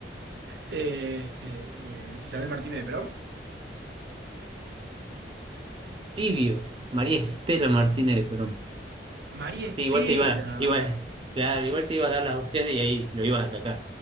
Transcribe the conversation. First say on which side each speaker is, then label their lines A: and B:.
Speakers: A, on the right; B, on the right.
A: Eh, eh, eh, Isabel Martínez de Perón.
B: Tibio. María Estela Martínez de Perón.
A: María
B: Sí,
A: Estela.
B: igual te iba, igual, claro, igual te iba a dar las opciones y ahí lo ibas a sacar.